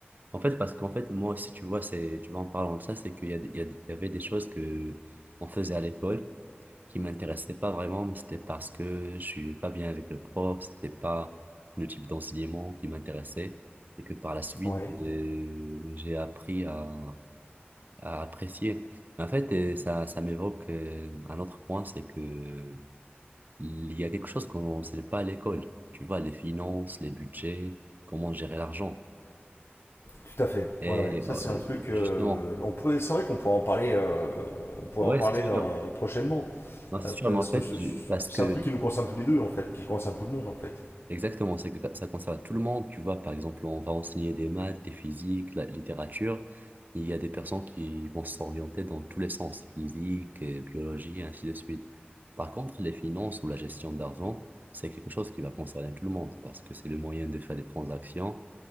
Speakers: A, on the right; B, on the left.
A: En fait, parce qu'en fait, moi aussi, tu vois, c'est, tu vois, en parlant de ça, c'est qu'il y a, des- il y a- des- il y avait des choses que on faisait à l'école qui m'intéressaient pas vraiment, mais c'était parce que je suis pas bien avec le prof, c'était pas le type d'enseignement qui m'intéressait, et que par la suite,
B: Ouais,
A: euh, j'ai appris à, à apprécier. En fait, euh, ça, ça m'évoque euh, un autre point, c'est que il y a quelque chose qu'on ne sait pas à l'école. Tu vois, les finances, les budgets, comment gérer l'argent.
B: tout à fait.
A: Et
B: Ouais, ouais, ça
A: euh,
B: c'est un truc.
A: justement,
B: euh, on pourrait, c'est vrai qu'on pourrait en parler. euh, on pourrait
A: ouais,
B: en parler
A: c'est
B: dans-
A: sûr.
B: prochainement.
A: Non, c'est
B: Euh,
A: sûr,
B: parce
A: mais en fait,
B: que
A: je- parce
B: c'est
A: que,
B: un truc qui nous concerne tous les deux, en fait, qui concerne tout le monde, en fait.
A: exactement, c'est que ça concerne tout le monde. Tu vois, par exemple, on va enseigner des maths, des physiques, la littérature. Il y a des personnes qui vont s'orienter dans tous les sens, physique, euh, biologie, et ainsi de suite. Par contre, les finances ou la gestion d'argent, c'est quelque chose qui va concerner tout le monde parce que c'est le moyen de faire des transactions